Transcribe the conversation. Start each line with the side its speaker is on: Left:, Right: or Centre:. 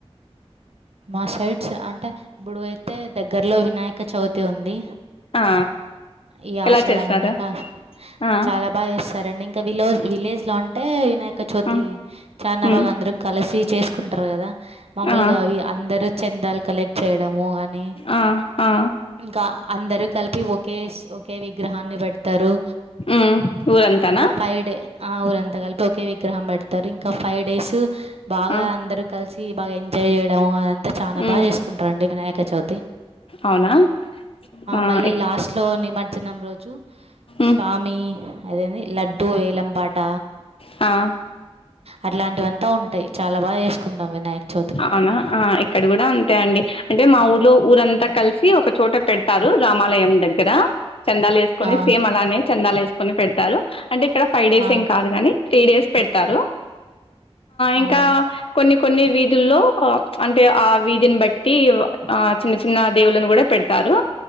Right: మా సైట్స్ అంటే ఇప్పుడు అయితే దగ్గరలో వినాయక చవితి ఉంది
Left: ఆ
Right: ఈ
Left: ఎలా
Right: ఆషాడం
Left: చేస్తారు
Right: అన్నాక
Left: ఆ
Right: చాలా బా చేస్తారండి ఇంకా విలోజ్ విలేజ్ లో అంటే వినాయక్ వినాయక చవితి
Left: ఆ
Right: చానా
Left: ఉమ్
Right: బాగా అందరు కలిసి చేసుకుంటారు కదా మమలుగా
Left: ఆ
Right: అవి అందరూ చెందాలు కలెక్ట్ చేయడము అని
Left: ఆ ఆ
Right: ఇంకా అందరు కలిపి ఒకే ఒకే విగ్రహాన్ని బట్ పెడతారు
Left: ఉమ్ ఊరంతానా
Right: ఇంకా ఫైవ్ డే ఆ ఊరంతా కలిపి ఒకే విగ్రహం పెడతారు ఇంకా ఫైవ్ డేస్ బాగా
Left: ఆ
Right: అందరు కలిసి బా ఎంజాయ్ చేయడం అదంతా చాలా బాగా
Left: ఉమ్
Right: చేసుకుంటారండి వినాయక చవితి
Left: అవునా ఆ
Right: మల్ల
Left: ఎక్
Right: లాస్ట్ లో నిమజ్జనం రోజు స్వామి
Left: ఉమ్
Right: అదేదీ లడ్డు వేలంపాట
Left: ఆ
Right: అట్లాంటి అంతా ఉంటాయి చాలా బాగా వేసుకుంటాం వినాయక చవితి
Left: అవునా ఇక్కడ కూడా అంతే అండి అంటే మా ఊర్లో ఊరంతా కలిసి ఒక చోట పెడతారు రామాలయం దగ్గర చందాలు వేసుకొని
Right: ఆ,
Left: సేమ్ అలానే చందాలు వేసుకొని పెడతారు అంటే ఇక్కడ ఫైవ్ డేస్
Right: ఆ,
Left: ఏం కాదు కాని త్రీ డేస్ పెడతారు ఇంకా
Right: అవును
Left: కొన్ని కొన్ని వీధుల్లో అంటే ఆ వీధిని బట్టి ఆ చిన్న చిన్న దేవులను కూడా పెడతారు